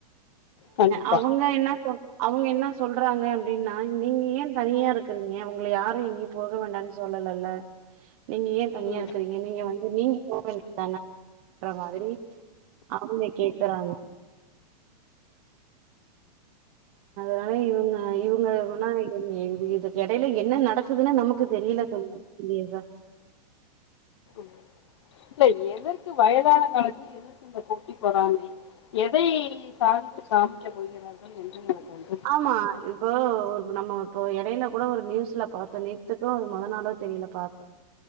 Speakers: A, on the left; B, on the right.
A: கண்டிப்
B: அவுங் க என்ன சொல் அவுங்க என்ன சொல்றாங்க அப்டின்னா நீங்க ஏ தனியா இருக்குறீங்க உங்கள யாரு எங்கெயு போக வேண்டான் சொல்லலல நீங்க ஏ தனியா
A: ம்
B: இருக்குறீங்க நீங்க வந்து <inaudible> தானன்ற மாதிரி அவுங்க கேக்குறாங்க நகைய இவுங்க இவுங்க <unintelligible> ஆ என் இது இதுக் எடையில என்ன நடக்குதுன்னு நமக்கு தெரியில தோழி சீரியஸா
A: ம் இல்ல எதற்கு வயதான காலத்துல இந்த போட்டி பொறாமை எதை சாதித்து காமிக்க போகிறார்கள் என்று <unintelligible>
B: ஆமா இப்போ ஒரு நம்ம இப்போ எடைல கூட ஒரு நியூஸ்ல பாத்தோ நே த்துக்கோ அது‌ மொத நாளோ தெரியல பாத்தோ